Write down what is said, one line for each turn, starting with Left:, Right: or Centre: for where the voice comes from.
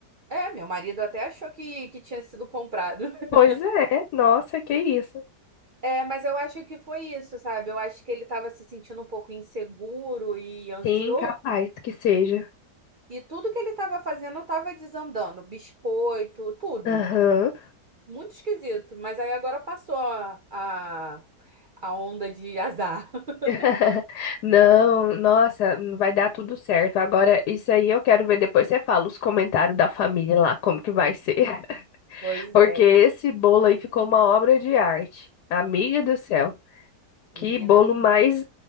Right: É, meu marido até achou que, que tinha sido comprado. <laughs>
Left: Pois é, nossa, que isso.
Right: É, mas eu acho que foi isso, sabe? Eu acho que ele estava se sentindo um pouco inseguro e ansioso,
Left: Sim, capaz que seja.
Right: e tudo que ele estava fazendo estava desandando, biscoito, tudo.
Left: Aham.
Right: Muito esquisito, mas aí agora passou a, a, a onda de azar. <laughs>
Left: <laughs> Não, nossa, vai dar tudo certo. Agora, isso aí eu quero ver depois. Você fala os comentários da família lá, como que vai ser. <laughs>
Right: Pois
Left: Porque
Right: é,
Left: esse
Right: eu,
Left: bolo aí ficou uma obra de arte. Amiga do céu. Que
Right: menina,
Left: bolo
Right: eu
Left: mais